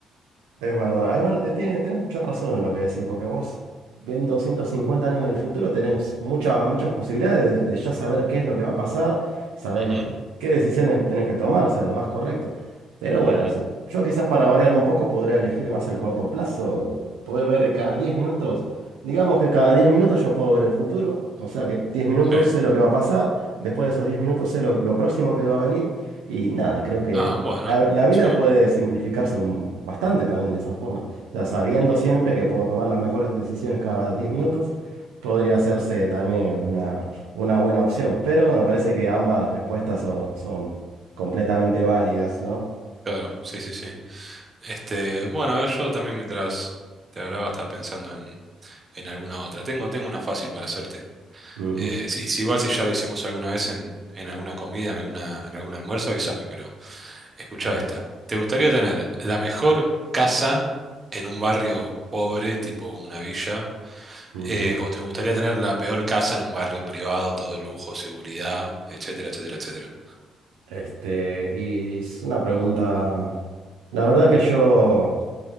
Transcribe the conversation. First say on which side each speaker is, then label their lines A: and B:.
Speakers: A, on the right; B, on the right.
A: Es verdad, es verdad, eh, tiene, tenés mucha razón en lo que decís, porque vos, viendo 150 años en el futuro, tenés muchas, muchas posibilidades de, de ya saber qué es lo que va a pasar, sabés
B: Ujú,
A: qué decisiones tenés que tomar, o sea, lo más correcto. Pero bueno,
B: ujú,
A: es- yo quizás para variar un poco podría elegir más el corto plazo, poder ver cada 10 minutos, digamos que cada 10 minutos yo puedo ver el futuro, o sea que diez minutos
B: sí.
A: sé lo que va a pasar, después de esos 10 minutos sé lo, lo próximo que va a venir, y nada, creo que
B: Ah, bueno,
A: la, la vida
B: sí.
A: puede simplificarse un- bastante también de esa forma. Ya sabiendo
B: ujú,
A: siempre que puedo tomar las mejores decisiones cada 10 minutos, podría hacerse también una, una buena opción. Pero me parece que ambas respuestas son, son completamente válidas, ¿no?
B: Claro, sí, sí, sí. Este, bueno, yo también mientras te hablaba estaba pensando en, en alguna otra. Tengo, tengo una fácil para hacerte.
A: Ujú.
B: Eh, si, si igual si ya la hicimos alguna vez en, en alguna comida, en alguna, en algún almuerzo, avísame, pero escucha
A: A
B: esta.
A: ver,
B: ¿Te gustaría tener la mejor casa en un barrio pobre, tipo una villa?
A: ujú.
B: Eh, ¿o te gustaría tener la peor casa en un barrio privado, todo lujo, seguridad, etcétera, etcétera, etcétera?
A: Este, y es una pregunta. La verdad que yo.